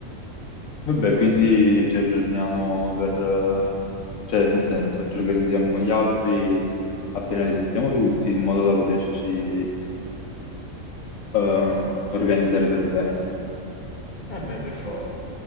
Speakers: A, on the left; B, on the left.
A: Vabbè, quindi ci aggiorniamo per... eh, cioè nel senso, ci organizziamo con gli altri appena li sentiamo tutti, in modo da poterci ehm, organizzare per bene.
B: Eh beh, per forza.